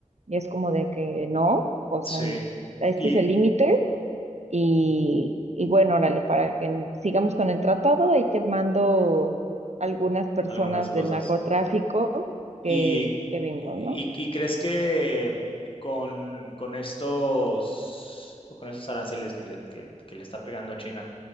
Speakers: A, on the right (about 60°); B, on the left (about 45°).
A: y es como de que no, o sea,
B: Sí.
A: este
B: Y
A: es el límite, y, y bueno, órale, para que n- sigamos con el tratado, ahí te mando algunas personas
B: algunas cosas.
A: del narcotráfico
B: ¿Y,
A: que, que vimos, ¿no?
B: y, y crees que con, con estos, con esos aranceles que le, que, que le está pegando a China,